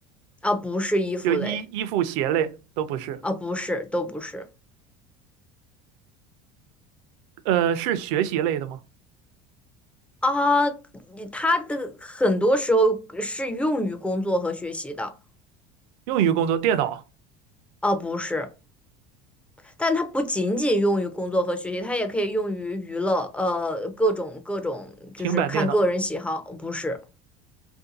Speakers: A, in the centre; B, on the right (about 70°).
A: 啊，不是衣服类，
B: 就衣衣服、鞋类都不是。
A: 啊，不是，都不是。
B: 呃，是学习类的吗？
A: 啊，你它的很多时候是用于工作和学习的，
B: 用于工作，电脑、
A: 啊，不是，但它不仅仅用于工作和学习，它也可以用于娱乐，呃，各种各种，就是看个人喜好，
B: 平板电脑、
A: 不是，